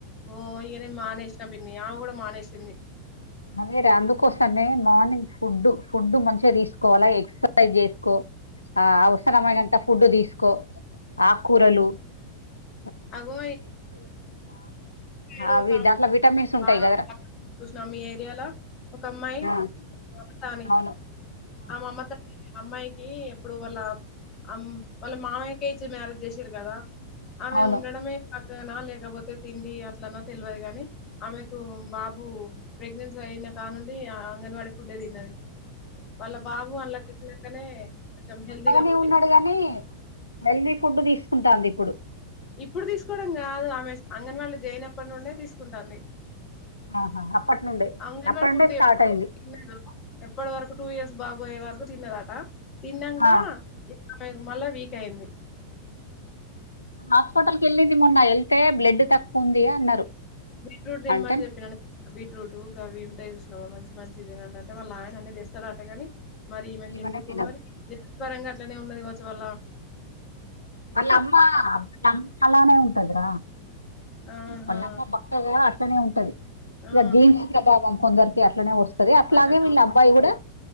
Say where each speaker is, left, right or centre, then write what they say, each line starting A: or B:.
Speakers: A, on the left; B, on the left.
A: ఓ ఇగనే మానేసినా పిన్ని ఆమె కూడా మానేసింది
B: అదేర అందుకోసమే మార్నింగ్ ఫుడ్ ఫుడ్ మంచిగా తీసుకోవాలా ఎగ్ ఎక్ససైజ్ జేసుకో ఆ అవసరమైనంత ఫుడ్ దీసుకో ఆక్కూరలు <inaudible>
A: అగో ఈడ
B: అవి
A: ఒకమెకి
B: దాంట్లో విటమిన్స్ ఉంటాయి
A: <inaudible>
B: కదరా
A: చూసిన మీ ఏరియాల ఒక అమ్మాయి
B: ఆ
A: మమత అని
B: అవును
A: ఆ మమత అమ్మాయికి ఎప్పుడు వాళ్ళ అమ్ వాళ్ళ మావయ్యకే ఇచ్చి మ్యారేజ్ జేసిరు కదా ఆమె
B: అవును
A: ఉండడమే ఇక్కడేన లేకపోతే తిండి అట్లన తెల్వదు గాని ఆమెకు బాబు ప్రెగ్నెన్సీ అయిన కానుండి అంగన్వాడి ఫుడే తిన్నది వాళ్ళ బాబు అళ్ల ఇచ్చినంకనే కొంచెం హెల్తీగా
B: పక్కగానే
A: పుట్టిండంట
B: ఉన్నాడు గాని హెల్దీ ఫుడ్ తీసుకుంటాంది ఇప్పుడు
A: ఇప్పుడు తీసుకోడం కాదు ఆమె అంగన్ వాళ్ళో జయినప్పట్నండే తీసుకుంటాంది
B: ఆహా అప్పటి నుండే
A: అంగన్వాడి
B: అప్పటి నుండే
A: ఫుడ్
B: స్టార్ట్
A: ఎప్పుడు
B: అయింది
A: తినలేదు ఎప్పటి వరకు టూ ఇయర్స్ బాబు బోయ్యే వరకు తిన్నదట తిన్నాక
B: ఆ
A: ఆమెకు మళ్ళా వీక్ అయింది
B: హాస్పిటల్ కెళ్ళింది మొన్న వెళ్తే బ్లడ్ తక్కువ ఉంది అన్నారు
A: బీట్రూట్ తినమని
B: అంటే
A: చెప్పినాను బీట్రూట్ గవి ఉ మంచి మంచిది అంటే వాళ్ళు ఆయన అన్ని తేస్తాడటగాని మరి ఈమెకు
B: ఈమెనే
A: ఎందుకో
B: తినదు
A: మరి పరంగా అట్లనే ఉన్నది కావచ్చు వల్ల
B: ఆలా అమ్మ అమ్మ అలానే ఉంటద్ర
A: ఆహా
B: వాళ్ళ అమ్మ బక్కగా అట్లనే ఉంటది
A: ఆ
B: ఇక జీన్స్ ప్రభావం కొందరికి అట్లనే వస్తది అట్లాగే
A: అట్లనే
B: వీళ్ళ
A: ఉ
B: అబ్బాయి కూడా